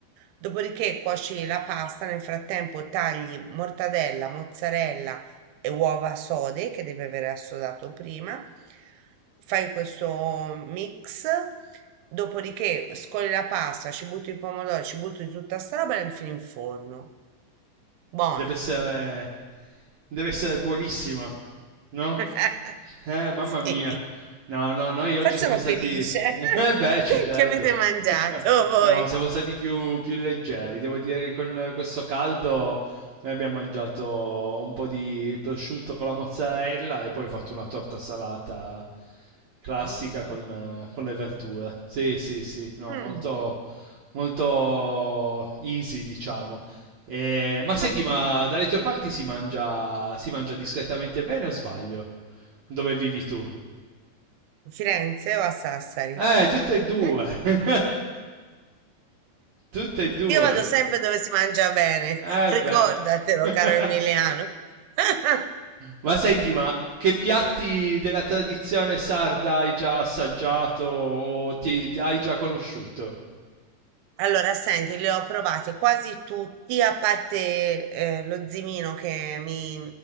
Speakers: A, on the right; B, on the right.
A: dopodiché cuoci la pasta, nel frattempo tagli mortadella, mozzarella e uova sode che deve aver assodato prima. Fai questo mix, dopodiché scoli la pasta, ci butti il pomodoro, ci butti tutta sta roba e la infili in forno. Buona.
B: Deve essere. deve essere buonissima, no?
A: <laughs>
B: Eh, mamma
A: Sì.
B: mia. No, no, noi oggi
A: Poi sono
B: siamo stati
A: felice
B: <laughs> eh beh,
A: <laughs>
B: ci credo.
A: che avete mangiato
B: <laughs>
A: voi.
B: No, siamo stati più più leggeri. Devo dire che con questo caldo noi abbiamo mangiato un po' di prosciutto con la mozzarella e poi ho fatto una torta salata classica
A: Mm.
B: con eh, con le verdure. Sì, sì, sì, no,
A: Mm.
B: molto molto easy, diciamo. Ehm, ma senti,
A: Io a
B: ma dalle tue parti si mangia si mangia discretamente bene o sbaglio? Dove vivi tu?
A: Firenze o a Sassari?
B: Eh, tutte e due.
A: <laughs>
B: <laughs> Tutte e due.
A: Io vado sempre dove si mangia bene,
B: Eh
A: <laughs> ricordatelo,
B: beh. <laughs>
A: caro Emiliano. <laughs>
B: Ma senti, ma che piatti della tradizione sarda hai già assaggiato o ti, ti hai già conosciuto?
A: Allora, senti, li ho provati quasi tutti, a parte eh, lo zimino che mi,